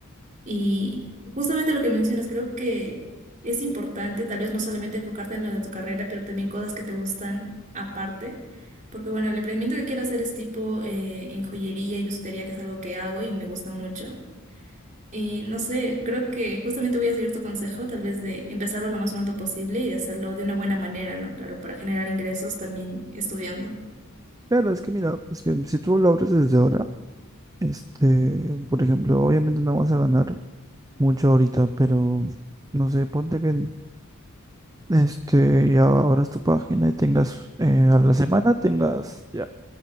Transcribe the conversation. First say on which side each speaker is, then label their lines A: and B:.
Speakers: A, on the right; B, on the right.
A: Y justamente lo que mencionas, creo que es importante tal vez no solamente enfocarte en lo de tu carrera, pero también cosas que te gustan aparte. Porque bueno, el emprendimiento que quiero hacer es tipo eh, en joyería y bisutería, que es algo que hago y me gusta mucho. Y no sé, creo que justamente voy a seguir tu consejo, tal vez de empezarlo lo más pronto posible y de hacerlo de una buena manera, ¿no? Claro, para generar ingresos también estudiando.
B: Claro, es que mira, pues que si tú lo abres desde ahora, este, por ejemplo, obviamente no vas a ganar mucho ahorita, pero no sé, ponte que este, ya abras tu página y tengas, eh, a la semana tengas ya